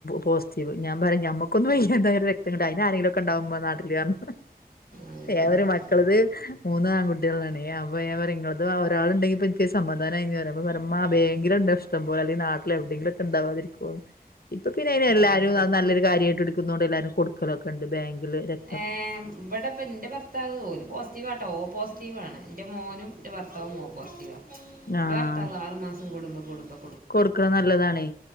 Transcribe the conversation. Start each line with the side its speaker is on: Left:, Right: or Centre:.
Left: പോസിറ്റീവ് ഞാമ്പറിംമ്മ ഒന്ന് വ്യ യ്യാണ്ടാതിരു രക്തംണ്ട അതിന് ആരെങ്കിലൊക്കെ ഉണ്ടാവുമ്പോള നാട്ടില്ർ ഞ്ഞ്
Right: അതന്നെ
Left: ഏവര് മക്കളത്
Right: ആ
Left: മൂന്ന് ആൺകുട്ടികളാണ് അപ്പൊ ഞാപറയും നിങ്ങളത് ഒരാളുണ്ടെങ്കി പി ക്കൊരുസമാധാനമായിരുന്ന് അപ്പൊ പറയ ഇമ്മബേഗ് എ ഗ്രണ്ടാഇഷ്ട പോലെ അല്ലെങ്കി നാട്ടില വിടെങ്കിലു ഒക്കെ ഉണ്ടാവാതിരിക്കൊഇപ്പോപിന്നെ അയ്തെല്ലാരും
Right: അതന്നെ
Left: നല്ല ദാര്യയിട്ട് ട്ക്ക് ണോണ്ട് എല്ലാരും കൊടുക്കലൊക്കെണ്ട് ബാങ്കില് ര
Right: ഏഹ് ഇവടപ്പം ഇന്റെ ഭർ ത്താവ് ഓല് പോസിറ്റിവാട്ടോ ഓ പോസിറ്റീവാണ് ഇന്റെ മോനും ഇന്റെ ഭർത്താവും ഓ പോസിറ്റിവാ ഇന്റെ
Left: ആഹ്
Right: ഭർത്താവ് ആറ് മാസം കൂടുമ്പം കൂടുമ്പം
Left: കൊടുക്കണത് നല്ലതാണേ